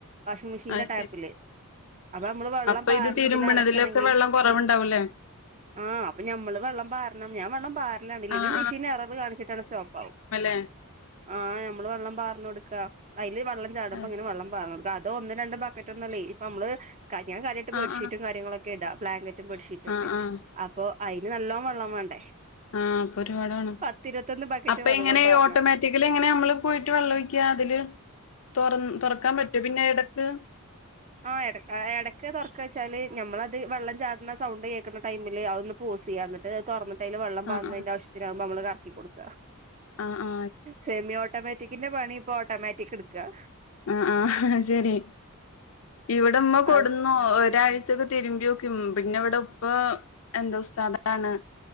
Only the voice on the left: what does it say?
അത്
പ
ഇത് തിരുമ്പണതിലൊക്കെ
വെള്ളം കുറവുണ്ടാവൂലേ
ആഹ്
ഏ
ആഹ്
ആഹ്
ആഹ് ആഹ്
ആ അപ്പൊ ഒരുപാട് വേണം
അപ്പ
ഇങ്ങനെ
ഓട്ടോമാറ്റിക്കലി എങ്ങനെ നമ്മള് പോയിട്ട് വെള്ളം ഒഴിക്കുക അതില് തുറ തുറക്കാൻ പറ്റോ പിന്നെ എടക്ക്
ആഹ്
ആ ആ
ആ ആ ശരി ഇവിടെമ്മ കൊടുന്നു
ഒരാ കഴിച്ചൊക്കെ തിരുമ്പി നോക്കും പിന്നെ ഇവിടെ ഉപ്പ എന്തോ സ്ഥലാണ്